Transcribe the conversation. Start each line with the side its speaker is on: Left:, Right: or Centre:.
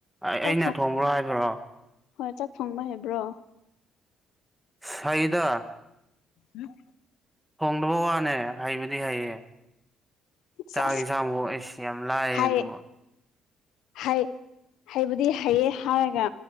Centre: ꯑꯩꯅ
Left: ꯆꯥꯛ ꯊꯣꯡ
Centre: ꯊꯣꯡꯕ꯭ꯔꯣ ꯍꯥꯏꯕ꯭ꯔꯣ
Left: ꯍꯣꯏ ꯆꯥꯛ ꯊꯪꯕ ꯍꯥꯏꯕ꯭ꯔꯣ
Centre: ꯐꯍꯤꯗꯥ
Left: ꯎꯝ
Centre: ꯍꯣꯡꯅꯕ ꯋꯥꯅꯦ ꯍꯥꯏꯕꯗꯤ ꯍꯥꯏꯌꯦ
Left: ꯆꯥꯁ
Centre: ꯆꯥꯛ ꯌꯦꯟꯁꯥꯡꯐꯥꯎ ꯑꯩꯁꯨ ꯌꯥꯝ ꯂꯥꯏ
Left: ꯍꯥꯏ
Centre: ꯑꯗꯨꯒ
Left: ꯍꯥꯏ ꯍꯩꯕꯨꯗꯤ ꯍꯩꯌꯦ ꯍꯥꯏꯔꯒ